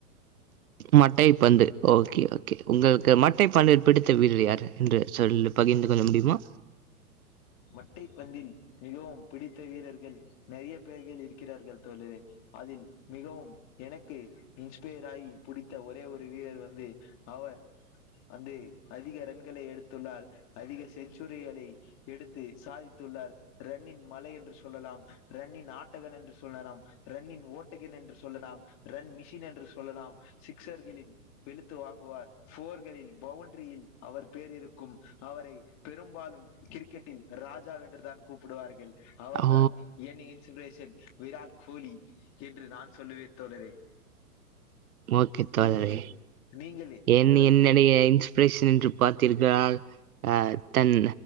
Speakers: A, on the right; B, on the left.
A: மட்டை பந்து ஓகே ஓகே உங்களுக்கு மட்டை பந்து பிடித்த வீரர் யாரு என்று சொல்லும் பகிர்ந்து கொள்ள முடியுமா
B: மட்டை பந்தில் மிகவும் பிடித்த வீரர்கள் நெறைய பேர்கள் இருக்கிறார்கள் தோழரே அதில் மிகவும் எனக்கு இன்ஸ்பயர் ஆகி பிடித்த ஒ ஒரே ஒரு வீரர் வந்து அவர் வந்து அதிக ரன்களை எடுத்துள்ளார் அதிக செஞ்சுரிகளை எடுத்து சாதித்துள்ளார் ரன்னின் மலை என்று சொல்லலாம் ரன்னின் ஆட்டகன் என்று சொல்லலாம் ரன்னின் ஓட்டகன் என்று சொல்லலாம் ரன் மிஷின் என்று சொல்லலாம் சிக்சர்களின் வெளுத்து வாங்குவார் ஃபோர்களில் பவுண்டரியில் அவர் பேர் இருக்கும் அவரை பெரும்பாலும் கிரிக்கெட்டில் ராஜா என்றுதான் கூப்பிடுவார்கள் அவர்தான்
A: ஓ!
B: என் இன்ஸ்பிரேஷன் விராட் கோலி என்று நான் சொல்லுவே தோழரே
A: ஓகே தோழரே.
B: நீங்க நீங்களே
A: என்
B: உங்களுக்கு
A: என்ன நீங்க என் இப்பவே சென்று பாத்திங்க்றால் ஆ தன்